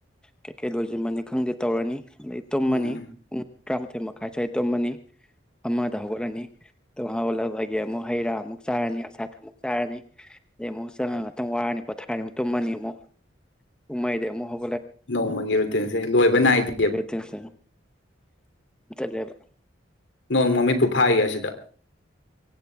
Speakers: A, in the centre; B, on the left.
A: ꯀꯩ ꯀꯩ ꯂꯣꯏꯁꯤꯟꯕꯅꯤ ꯈꯪꯗꯦ ꯇꯧꯔꯅꯤ ꯑꯗꯩ ꯇꯣꯝꯃꯅꯤ
B: ꯎꯝ
A: ꯄꯨꯡ ꯇꯔꯥꯃꯥꯊꯣꯏꯃ ꯈꯥꯏ ꯁ꯭ꯋꯥꯏꯗ ꯇꯨꯝꯃꯅꯤ ꯑꯃꯗ ꯍꯧꯒꯠꯂꯅꯤ ꯍꯧꯒꯠꯂꯕꯗꯒꯤ ꯑꯃꯨꯛ ꯍꯩꯔꯥ ꯑꯃꯨꯛ ꯆꯥꯔꯅꯤ ꯑꯁꯥꯊ ꯑꯃꯨꯛ ꯆꯥꯔꯅꯤ ꯑꯗꯩ ꯑꯃꯨꯛ ꯆꯪꯉ ꯉꯥꯛꯇꯪ ꯋꯥꯔꯅꯤ ꯄꯣꯊꯥꯔꯔꯤꯃꯨꯛ ꯇꯨꯝꯃꯅꯤ ꯑꯃꯨꯛ ꯀꯨꯝꯃꯩꯗꯩ ꯑꯃꯨꯛ ꯍꯧ
B: ꯅꯣꯡꯃꯒꯤ ꯔꯨꯇꯤꯟꯁꯦ ꯂꯣꯏꯕ ꯅꯥꯏꯗꯦ
A: ꯑꯣꯏ ꯊꯁꯤ ꯗ
B: ꯅꯣꯡ ꯃꯃꯤꯠꯄꯨ ꯐꯥꯏꯌꯦ ꯑꯁꯤꯗ